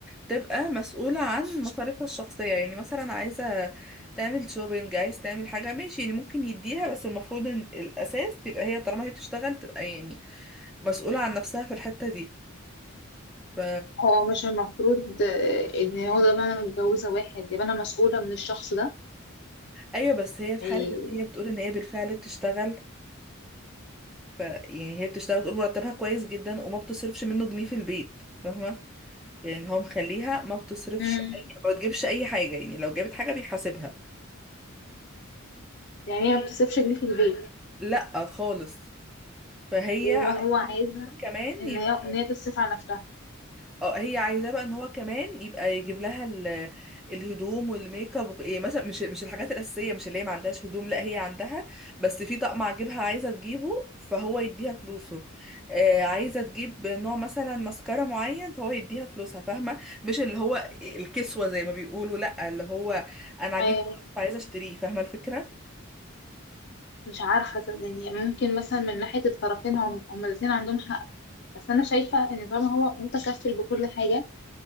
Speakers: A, in the centre; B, on the left.
A: تبقى مسؤولة عن مصاريفها الشخصية يعني مثلا عايزة تعمل شوبينج عايز تعمل حاجة ماشي يعني ممكن يديها بس المفروض ان الأساس تبقى هي طالما هي بتشتغل تبقى يعني مسؤولة عن نفسها في الحتة دي ف...
B: هو مش المفروض آه، ان هو ده انا متجوزه واحد يبقى انا مسؤوله من الشخص ده
A: ايوه بس هي في
B: يعني
A: حالة ان هي بتقول ان هي بالفعل بتشتغل ف... يعني هي بتشتغل بتقول مرتبها كويس جدا وما بتصرفش منه جنيه في البيت فاهمة؟ يعني هو مخليها ما بتصرفش
B: امم
A: اي ما بتجيبش اي حاجه يعني لو جابت حاجه بيحاسبها
B: يعني هي ما بتصرفش جنيه في البيت
A: لا خالص فهي
B: وما
A: عايزه
B: هو عايزها
A: كمان
B: ان
A: يبقى
B: هي ان هي تصرف على نفسها
A: اه هي عايزاه بقى ان هو كمان يبقى يجيب لها ال... الهدوم والميك اب وك- يعني مثلا مش مش الحاجات الاساسيه مش اللي هي ما عندهاش هدوم لا هي عندها بس في طقم عاجبها عايزه تجيبه فهو يديها فلوسه آه عايزه تجيب نوع مثلا ماسكارا معين فهو يديها فلوسها فاهمه مش اللي هو الكسوه زي ما بيقولوا لا اللي هو انا عاجبني
B: ايوه
A: فعايزه اشتريه فاهمه الفكره
B: مش عارفه يعني ممكن مثلا من ناحيه الطرفين هم هم الاثنين عندهم حق بس انا شايفه ان طالما هو متكفل بكل حاجه